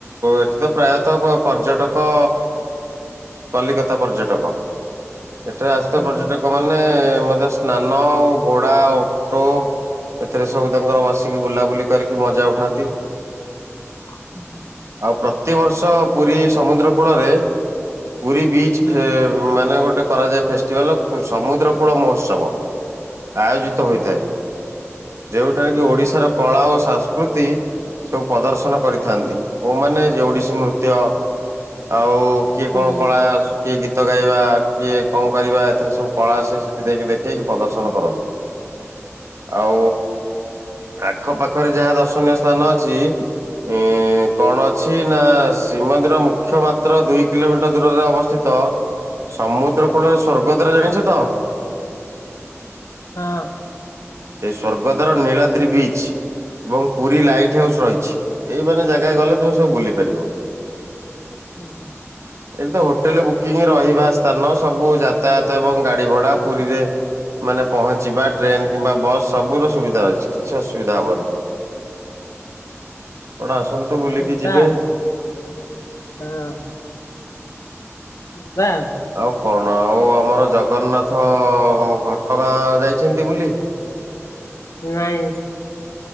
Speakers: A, on the right (about 65°); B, on the left (about 80°).
A: ଏଠି ତ ପ୍ରାୟତଃ ପର୍ଯ୍ୟଟକ। କଲିକତା ପର୍ଯ୍ୟଟକ ଏଠାରେ ଆସୁଥିବା
B: ହୁଁ
A: ପର୍ଯ୍ୟଟକ।
B: ହୁଁ
A: ମାନେ ମଧ୍ୟ ସ୍ନାନ ଆଉ ଘୋଡ଼ା ଓଟ। ଏଥେରେ ସବୁ ତାଙ୍କର ବସିକି ବୁଲାବୁଲି କରିକି ମଜା ଉଠାନ୍ତି।
B: <inaudible>
A: ଆଉ ପ୍ରତିବର୍ଷ ପୁରୀ ସମୁଦ୍ର କୂଳରେ ପୁରୀ ବିଚ୍
B: ହୁଁ
A: ଫେ ମାନେ ଗୋଟେ କରାଯାଏ ଫେଷ୍ଟିଭାଲ ସମୁଦ୍ର କୂଳ ମହୋତ୍ସବ ଆୟୋଜିତ। ହୋଇଥାଏ
B: ହୁଁ ହଁ
A: ଯେଉଁଠାରେ କି ଓଡିଶାର କଳା ଓ ସଂ ସ୍କୃତି ସବୁ ପ୍ରଦର୍ଶନ କରିଥାନ୍ତି କୋଉମାନେ ଯେ ଓଡିଶୀ ନୃତ୍ୟ। ଆଉ କିଏ
B: ହୁଁ
A: କଣ? କା ସୁ କିଏ ଗୀତ ଗାଇବା କିଏ କଣ କରିବା ଏଥିର ସବୁ କଳା ସେ ସେଠି ଯାଇକି ଦେଖେଇକି ପ୍ରଦର୍ଶନ କରନ୍ତି। ଆଉ। ଆଖ ପାଖରେ ଯାହା ଦର୍ଶନୀୟ ସ୍ଥାନ ଅଛି ଉଁ। କଣ ଅଛି ନା ଶ୍ରୀମନ୍ଦିର ମୁଖ୍ୟ ମାତ୍ର ଦୁଇ କିଲୋମିଟର। ର ଦୂରରେ ଅବସ୍ଥିତ ସମୁଦ୍ର କୂଳରେ ସ୍ଵର୍ଗ ଦ୍ୱାର ଜାଣିଛ ତ।
B: ହଁ।
A: ସେଇ ସ୍ଵର୍ଗଦ୍ୱାର ନୀଳାଦ୍ରି ବିଚ୍‌। ଏବଂ ପୁରୀ ଲାଇଟ୍ ହାଉସ୍ ରହିଛି ଏଇ ମାନେ ଜାଗା ଗଲେ ତମେ
B: ହୁଁ
A: ସବୁ ବୁଲି ପାରିବ।
B: ହୁଁ ହୁଁ।
A: ଏବେ ତ ହୋଟେଲ ବୁକିଂ ରହିବା ସ୍ଥାନ ସବୁ ଯାତାୟାତ ଏବଂ ଗାଡି ଭଡା ପୁରୀରେ। ମାନେ ପହଞ୍ଚିବା ଟ୍ରେନ କିମ୍ବା ବସ୍ ସବୁର ସୁବିଧା ହୋଇଛି କିଛି ଅସୁବିଧା ହବନି। ଆପଣ ଆସନ୍ତୁ
B: ହଉ
A: ବୁଲିକି
B: ତବେ ଯିବା
A: ଯିବେ।
B: ଆଉ ହଁ। ଯିବା ଆଉ।
A: ଆଉ କଣ ଆଉ ଆମର ଜଗନ୍ନାଥ ଘଟଗାଁ ଯାଇଛନ୍ତି ବୁଲି‌।
B: ନାଇଁ।